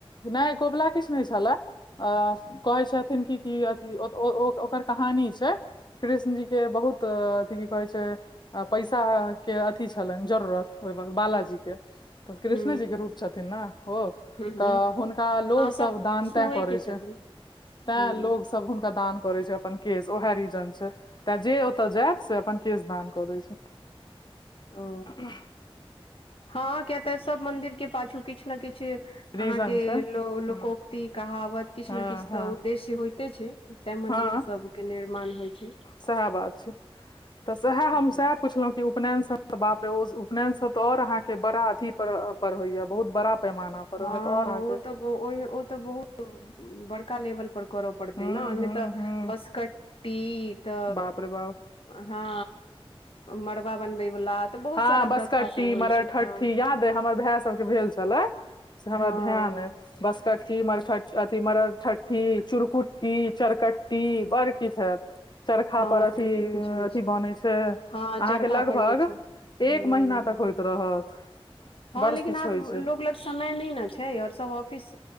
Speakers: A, on the left; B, on the left.
A: नहि कोबला किछ नहि छला अ कहै छथिन कि की अथिओ ओकर कहानी छै कृष्ण जी के बहुत- की कहै छै पैसा के अथी छलनि जरूरत ओहि बालाजी के तऽ कृष्ण
B: हुँ
A: जी के रूप छथिन ने ओ
B: हुँ
A: तऽ
B: हुँ
A: हुनका लोगसभ
B: हँ सब
A: दान
B: विष्णुए
A: तैं करै
B: के छथिन
A: छै तैं
B: हुँ
A: लोकोसभ सभ हुनका द करै छै अपन केश ओहा रीजन छै तां ओत जे जायसे अपन केश दान कऽ दै छै
B: ओ
A: हूँ हुँ
B: हँ किया ते सब मंदिर के पाछू कि किछु ने किछु
A: रीजन
B: अहा के
A: छै ह
B: लोकोक्ति कहावत किछु
A: हँ
B: ने किछ
A: हँ
B: तऽ उद्देश्य होय छै तां मन्दिर
A: हँ
B: सबके निर्माण होइ छै
A: सएह बात छै तऽ सएह
B: हुँ।
A: हम सएह पुछलहुँं उपनयन बाप रे उपयन सब त और अहाँ के बड़ा अथी पर होयया बहुत बड़ा पैमाना पर
B: हँ
A: ओहिमे तऽ आओर अहाँके
B: ओ तऽ ओहिमे ओ तऽ बहुत बड़का लेवल पर करऽ पड़ते
A: हूँ
B: ने
A: हूँ
B: तऽ
A: हूँ
B: बसकटटी त
A: बाप रे बाप
B: हँ मड़बा बनबै वला तऽ बहुत
A: हँ
B: सारा
A: बसकट्टी
B: प्रथा सब होइ
A: मरठहट्ठी
B: छै हँ।
A: याद हमर भाय सबके भेल छलय छलय से हमरा
B: हँ
A: ध्यान अय बसकट्टी मरक अथि मरठठी चुरकुट्टी चरकट्टी बड़ की किछ हायत चरखा
B: हँ
A: पर अथी
B: बहुते किछु होइ
A: अथी बनै छै अहाँके
B: हँ चरखा
A: लगभग
B: पर जे छै हूँ
A: एक महीना तक होयइत रहत
B: हँ
A: बड़
B: लेकिन
A: किछु
B: आब
A: होइ छै
B: लोग लग समय नहि ने छै और सब ऑफिस